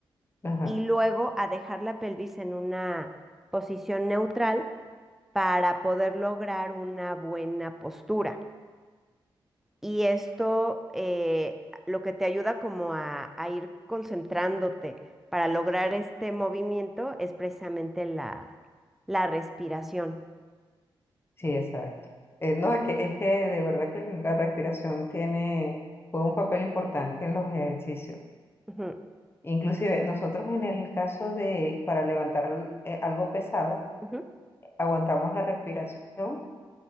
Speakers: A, on the left; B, in the centre.
A: Ajá,
B: y luego a dejar la pelvis en una posición neutral para poder lograr una buena postura. Y esto eh, lo que te ayuda como a, a ir concentrándote para lograr este movimiento es precisamente la, la respiración.
A: sí, exacto. Eh, no, es que, es que de verdad que la respiración tiene, juega un papel importante en los ejercicios.
B: Ujú,
A: Inclusive nosotros en el caso de, para levantar eh, algo pesado,
B: ujú.
A: aguantamos la respiración